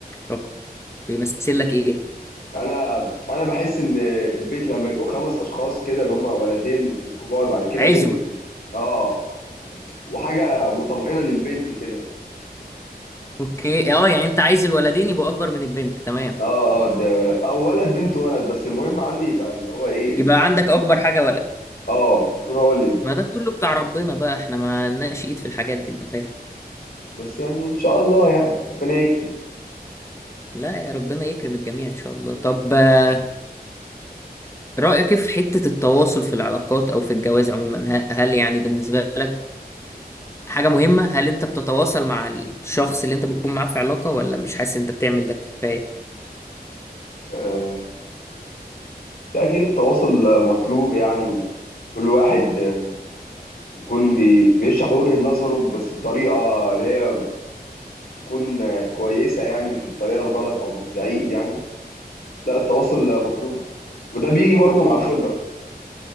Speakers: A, on the left; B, on the left.
A: الرقم بيمثل لك ايه؟
B: انا انا بحس ان البيت لما يبقوا خمس اشخاص كده اللي هم ولدين الكبار بعد كده
A: عزوة
B: بنت اه وحاجه مطمئنه للبنت كده
A: اوكي اه يعني انت عايز الولدين يبقوا اكبر من البنت تمام
B: اه اه ده او ولد بنت ولد بس المهم عندي يبقى اللي هو ايه ال...
A: يبقى عندك
B: يعني
A: اكبر حاجه ولد
B: اه يكون هو اللي
A: ما ده كله بتاع ربنا بقى احنا ما لناش ايد في الحاجات دي انت فاهم
B: بس يعني ان شاء الله يعني ربنا يكرم
A: لا يا ربنا يكرم الجميع ان شاء الله طب آه، رايك إيه في حته التواصل في العلاقات او في الجواز عموما ه- هل يعني بالنسبه لك حاجه مهمه هل انت بتتواصل مع الشخص اللي انت بتكون معاه في علاقه ولا مش حاسس إن انت بتعمل ده كفايه
B: آه ده اكيد التواصل مطلوب يعني وكل واحد آه، يكون بي... بيشرح وجهة نظره بس بطريقه اللي هي تكون آه، كويسه يعني مش بالطريقه الغلط او بالزعيق يعني لا التواصل مطلوب وده بيجي برضو مع الخبرة